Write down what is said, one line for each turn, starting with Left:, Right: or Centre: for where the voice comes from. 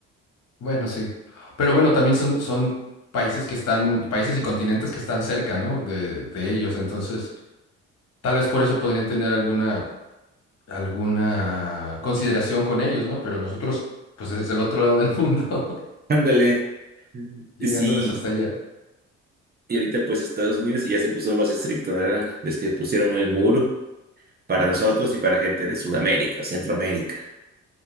Left: bueno, sí. Pero bueno, también son, son países que están, países y continentes que están cerca, ¿no? De, de ellos. Entonces, tal vez por eso podrían tener alguna, alguna consideración con ellos, ¿no? Pero nosotros, pues desde el otro lado del mundo, <laughs>
Right: Ándale. Ujú.
Left: llegándoles
Right: Sí,
Left: hasta allá.
Right: y ahorita pues Estados Unidos sí ya se puso más estricto, ¿verdad? Ves que pusieron el muro para nosotros y para gente de Sudamérica, Centroamérica.